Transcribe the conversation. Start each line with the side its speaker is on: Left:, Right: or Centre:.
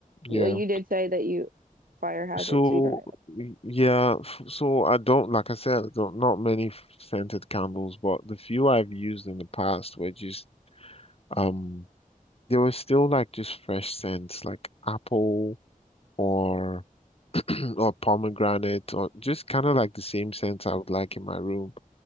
Left: yeah.
Right: you like, you did say that you fire hazard,
Left: So
Right: so you don't really like
Left: y- yeah, f- so I don't, like I said, I don't, not many f- scented candles, but the few I've used in the past were just um. There were still like just fresh scents, like apple or <clears throat> or pomegranate or just kind of like the same scents I would like in my room,